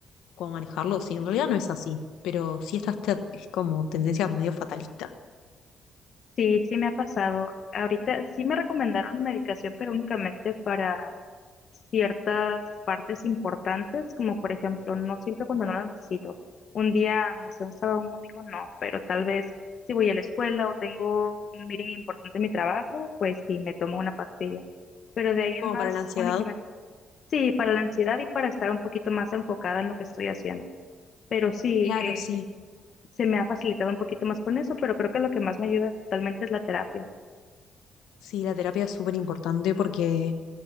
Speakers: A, on the left; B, on the left.
A: cómo manejarlos. Y en realidad no es así, pero sí esta esta es como tendencia medio fatalista,
B: Sí, sí me ha pasado. Ahorita sí me recomendaron medicación, pero únicamente para ciertas partes importantes, como por ejemplo, no siempre cuando no la necesito. Un día, no sé, un sábado, un domingo, no, pero tal vez si voy a la escuela o tengo un meeting importante en mi trabajo, pues sí, me tomo una pastilla. Pero de ahí en
A: como
B: más,
A: para la ansiedad.
B: únicamente, sí, para la ansiedad y para estar un poquito más enfocada en lo que estoy haciendo. Pero sí,
A: Claro,
B: eh,
A: sí,
B: se me ha facilitado un poquito más con eso, pero creo que lo que más me ayuda totalmente es la terapia.
A: sí, la terapia es súper importante porque,